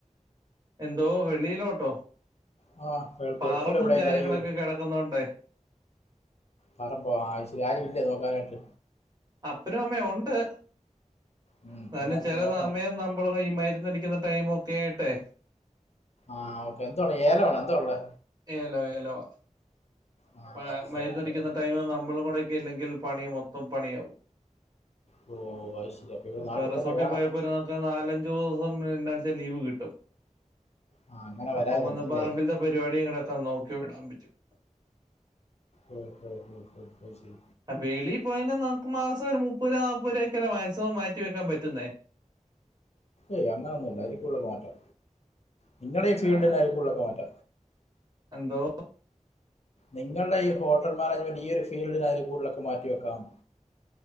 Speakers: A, on the right (about 30°); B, on the left (about 55°).
A: എന്തോ വെളിയിലോട്ടോ
B: ആ ഗൾ-
A: പറമ്പും
B: ഗൾഫിൽ എവിടെ
A: കാര്യങ്ങളൊക്കെ
B: അയ്യോ
A: കിടക്കുന്നോണ്ടേ.
B: പറമ്പോ ആയ്ശരി ആരുമില്ലേ നോക്കാനായിട്ട്.
A: അപ്പനും അമ്മേ ഉണ്ട്
B: ഉം,
A: ന്നാലും
B: എന്നാലും
A: ചില
B: നോക്കണം
A: സമയം നമ്മൾ ഈ മരുന്നടി ക്കുന്ന ടൈമ് ഒക്കെ ആയിട്ടെ.
B: ആഹ് ഓക്കെ എന്തുവാടെ ഏലം ആണോ എന്താ ഉള്ളേ.
A: ഏലം ഏലവാ.
B: ആ
A: ആഹ്
B: ഓക്കെ
A: മരുന്നടിക്കുന്ന
B: ഓക്കെ
A: ടൈമ് നമ്മളും കൂടെക്കെ ഇല്ലെങ്കിൽ പണി മൊത്തം പണിയാവും.
B: ഓ അത് ശരി അപ്പൊ ഇവിടെ
A: ഇപ്പൊ
B: നാട്ടിൽ
A: റിസോർട്ടിൽ
B: തന്നെ വേണം
A: പോയപ്പോരിന്നു നാലഞ്ച് ദിവസം <unintelligible> ലീവ് കിട്ടും
B: ആ അങ്ങനെ
A: അപ്പം
B: വരായിരുന്നു
A: വന്ന് പറമ്പിൽത്തെ
B: അല്ലേ
A: പരിപാടി <unintelligible> നോക്കി വിടാൻ പറ്റും.
B: ആഹ് ആഹ് ആഹ് അഹ്ശരി
A: ആ വെളിയിൽ പോയിന നമുക്ക് മാസം ഒരു മുപ്പത്‌ രൂപ നാപ്പത് രൂപ ഒക്കല്ലേ മാക്സിമം മാറ്റിവെക്കാൻ പറ്റുന്നേ.
B: ഏയ് അങ്ങനൊന്നുല്ല അയിൽ കൂടുതലൊക്കെ മാറ്റ നിങ്ങടെ ഫീൽഡിൽ
A: ആ,
B: അയിൽ കൂടുതലൊക്കെ മാറ്റ.
A: എന്തോ.
B: നിങ്ങളുടെ ഈ ഹോട്ടൽ മാനേജ്മെന്റ് ഈയൊരു ഫീൽഡിൽ ആയിരിൽ കൂടുതലൊക്കെ മാറ്റി വെക്കാം.